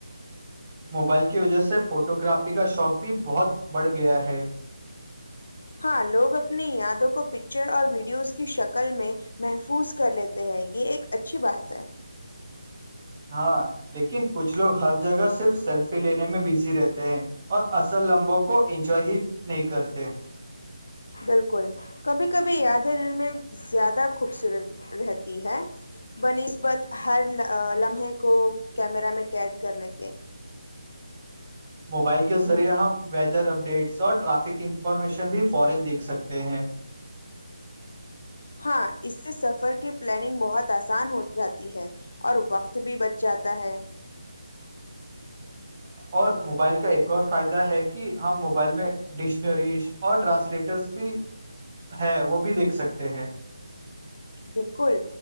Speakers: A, on the right; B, on the left.
A: موبائل کی وجہ سے فوٹو گرافی کا شوق بھی بہت بڑھ گیا ہے
B: ہاں لوگ اپنی یادوں کو پکچر اور ویڈیوز کی شکل میں محفوظ کر لیتے ہیں یہ ایک اچھی بات ہے
A: ہاں لیکن کچھ لوگ ہر جگہ صرف سیلفی لینے میں بزی رہتے ہیں اور اصل لمبوں کو انجوائے ہی نہیں کرتے
B: بالکل کبھی کبھی یادیں دل میں زیادہ خوبصورت رہتی ہے ب نسبت ہر لمحے کو کیمرا میں قید کرنے کے
A: موبائل کے ذریعے ہم ویدر اپڈیٹس اور ٹرافک انفارمیشن بھی فورین دیکھ سکتے ہیں
B: ہاں اس سے سفر کی پلاننگ بہت آسان ہو جاتی ہے اور وقت بھی بچ جاتا ہے
A: اور موبائل کا ایک اور فائدہ ہے کہ ہم موبائل میں ڈکشنریز اور ٹرانسلیٹرس بھی ہے وہ بھی دیکھ سکتے ہیں
B: بالکل